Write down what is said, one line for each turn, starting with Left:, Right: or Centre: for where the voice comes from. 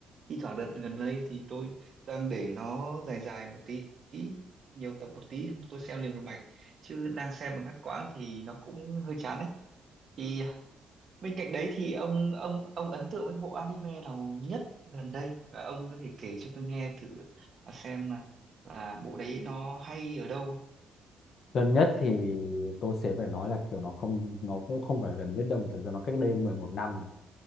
Right: thi thoảng đợt gần đây thì tôi đang để nó dài dài một tí nhiều tập một tí tôi xem liền một mạch chứ đang xem mà ngắt quãng thì nó cũng hơi chán Thì bên cạnh đấy thì ông ông ông ấn tượng với bộ anime nào nhất gần đây và ông có thể kể cho tôi nghe thử là xem là, là bộ đấy nó hay ở đâu không?
Left: gần nhất thì tôi sẽ phải nói là kiểu nó không nó cũng không phải gần nhất đâu mà thực ra nó cách đây mười một năm